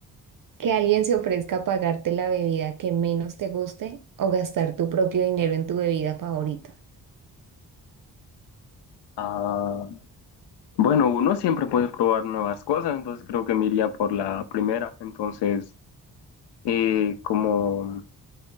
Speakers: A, on the right; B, on the left.
A: Que alguien se ofrezca a pagarte la bebida que menos te guste o gastar tu propio dinero en tu bebida favorita.
B: ah, bueno, uno siempre puede probar nuevas cosas, entonces creo que me iría por la primera, entonces eh, como...